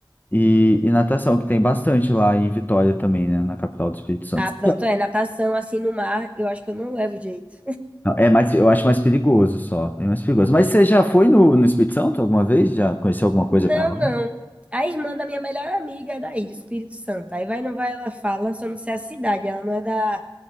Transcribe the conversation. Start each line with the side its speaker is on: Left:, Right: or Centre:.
Left: e, e natação, que tem bastante lá em Vitória também, né? Na capital do Espírito Santo.
Right: Ah, pronto, é natação assim no mar, eu acho que eu não levo jeito.
Left: Não, É mais, eu acho mais perigoso só, é mais perigoso. Mas você já foi no, no Espírito Santo alguma vez? Já conheceu alguma coisa
Right: Não,
Left: pra lá?
Right: não. A irmã da minha melhor amiga é daí, do Espírito Santo. Aí vai, não vai, ela fala, só não sei a cidade. Ela não é da,